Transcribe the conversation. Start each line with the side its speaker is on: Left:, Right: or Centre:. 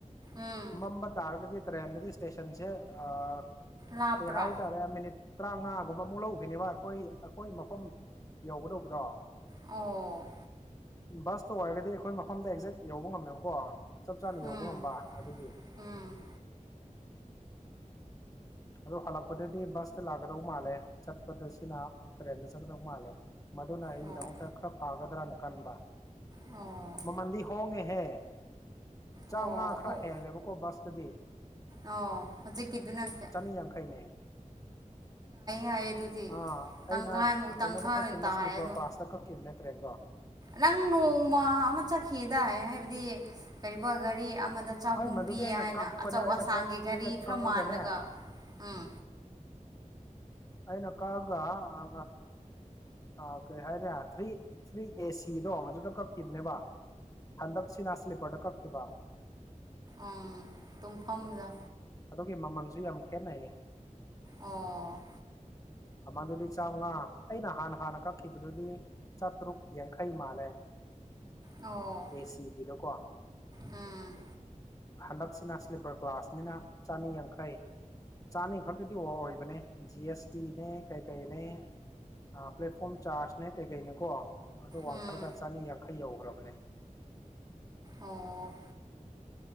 Right: ꯎꯝ
Left: ꯃꯝꯕ ꯇꯔꯒꯗꯤ ꯇ꯭ꯔꯦꯟꯗꯗꯤ ꯏꯁꯇꯦꯁꯟꯁꯦ ꯑ
Right: ꯂꯥꯞꯄ꯭ꯔꯥ
Left: <inaudible> ꯍꯥꯏꯇꯥꯔꯦ ꯃꯤꯅꯤꯠ ꯇꯔꯥꯃꯉꯥꯒꯨꯝꯕ ꯑꯃꯨꯛ ꯂꯧꯒꯅꯦꯕ ꯑꯩꯈꯣꯏ ꯑꯩꯈꯣꯏ ꯃꯐꯝ ꯌꯧꯒꯗꯧꯕꯗꯣ
Right: ꯑꯣ
Left: ꯕꯁꯇꯣ ꯑꯣꯏꯔꯒꯗꯤ ꯑꯩꯈꯣꯏ ꯃꯐꯝꯗ ꯑꯦꯛꯖꯦꯛ ꯌꯧꯕ ꯉꯝꯃꯦꯕꯀꯣ ꯆꯞ ꯆꯥꯅ
Right: ꯎꯝ
Left: ꯌꯧꯕ ꯉꯝꯕ ꯑꯗꯨꯒꯤ
Right: ꯎꯝ
Left: ꯑꯗꯣ ꯍꯜꯂꯛꯄꯗꯗꯤ ꯕꯁꯇ ꯂꯥꯛꯀꯗꯧ ꯃꯥꯜꯂꯦ ꯆꯠꯄꯗ ꯁꯤꯅ ꯇ꯭ꯔꯦꯟꯗ ꯆꯠꯀꯗꯧ ꯃꯥꯜꯂꯦ ꯃꯗꯨꯅ ꯑꯩꯒꯤꯗꯃꯛꯇ
Right: ꯑꯣ
Left: ꯈꯔ ꯐꯒꯗ꯭ꯔꯅ ꯈꯟꯕ
Right: ꯑꯣ
Left: ꯃꯥꯃꯟꯗꯤ ꯍꯣꯡꯒꯦ ꯍꯦ ꯆꯥꯃꯉꯥ
Right: ꯑꯣ
Left: ꯈꯔ
Right: ꯍꯣ
Left: ꯍꯦꯜꯂꯦꯕꯀꯣ ꯕꯁꯇꯗꯤ
Right: ꯑꯣ ꯍꯧꯖꯤꯛꯀꯤꯗꯨꯅ ꯀꯌꯥ
Left: ꯃꯤ ꯌꯥꯛꯈꯩꯅꯦ
Right: ꯌꯥꯏꯌꯦ ꯑꯗꯨꯗꯤ
Left: ꯑꯥ
Right: ꯇꯪꯈꯥꯏꯃꯨꯛ
Left: ꯑꯩꯅ ꯀꯩꯅꯣꯗ
Right: ꯇꯪꯈꯥꯏ
Left: ꯀꯛꯀꯤꯅꯦ
Right: ꯑꯣꯏꯅ ꯇꯥꯔꯦ
Left: ꯁꯂꯤꯄꯣꯀꯣ
Right: ꯑꯗꯣ
Left: ꯑꯁꯇ ꯀꯛꯈꯤꯕ ꯅꯦ ꯇ꯭ꯔꯦꯟꯗꯣ
Right: ꯅꯪ ꯅꯣꯡꯃ ꯑꯃ ꯆꯠꯈꯤꯗꯥꯏ ꯍꯥꯏꯕꯗꯤ ꯀꯔꯤꯕ ꯒꯥꯔꯤ ꯑꯃꯗ ꯆꯍꯨꯝ
Left: ꯑꯩ ꯃꯗꯨꯗꯤ
Right: ꯄꯤꯌꯦ
Left: ꯑꯩꯅ
Right: ꯍꯥꯏꯅ
Left: ꯀꯛꯄꯅꯦ
Right: ꯑꯆꯧ
Left: ꯑꯩꯅ
Right: ꯑꯁꯥꯡꯒꯤ
Left: ꯀꯛꯀꯦ
Right: ꯒꯥꯔꯤ ꯈꯔ
Left: ꯀꯛꯑꯒꯅꯦ
Right: ꯃꯥꯜꯂꯒ
Left: ꯑꯩꯅ
Right: ꯎꯝ
Left: ꯑꯩꯏꯅ ꯀꯥꯛꯑꯒ ꯑ ꯑꯥ ꯀꯔꯤ ꯍꯥꯏꯔꯦ ꯊ꯭ꯔꯤ ꯊ꯭ꯔꯤ ꯑꯦ ꯁꯤꯗꯣ ꯃꯗꯨꯗꯣ ꯀꯛꯈꯤꯕꯅꯦꯕ ꯍꯟꯗꯛꯁꯤꯅ ꯁ꯭ꯂꯤꯞꯄꯔꯗ ꯀꯛꯈꯤꯕ
Right: ꯎꯝ ꯇꯨꯡꯐꯝꯗ
Left: ꯑꯗꯨꯒꯤ ꯃꯃꯜꯁꯨ ꯌꯥꯝ ꯈꯦꯠꯅꯩꯌꯦ
Right: ꯑꯣ
Left: ꯃꯃꯥꯡꯗꯨꯗꯤ ꯆꯥꯃꯉꯥ ꯑꯩꯅ ꯍꯥꯟꯅ ꯍꯥꯟꯅ ꯀꯛꯈꯤꯕꯗꯨꯗꯤ ꯆꯇ꯭ꯔꯨꯛ ꯌꯦꯡꯈꯩ ꯃꯥꯂꯦ
Right: ꯑꯣ
Left: ꯑꯦ ꯁꯤꯀꯤꯗꯣꯀꯣ
Right: ꯎꯝ
Left: ꯍꯟꯗꯛꯁꯤꯅ ꯁ꯭ꯂꯤꯞꯄꯔ ꯒ꯭ꯂꯥꯁꯅꯤꯅ ꯆꯅꯤ ꯌꯥꯡꯈꯩ ꯆꯥꯅꯤꯡ ꯈꯛꯇꯗꯤ ꯑꯣ ꯑꯣꯏꯕꯅꯦ ꯖꯤ ꯑꯦꯁ ꯇꯤꯅꯦ ꯀꯩ ꯀꯩꯅꯦ ꯑ ꯄ꯭ꯂꯦꯠꯐꯣꯝ ꯆꯥꯔꯖꯅꯦ ꯀꯩꯀꯩꯅꯦꯀꯣ ꯑꯗꯨ ꯋꯥꯡꯈꯠꯂꯒ
Right: ꯎꯝ
Left: ꯆꯅꯤ ꯌꯥꯡꯈꯩ ꯌꯧꯈ꯭ꯔꯕꯅꯦ
Right: ꯑꯣ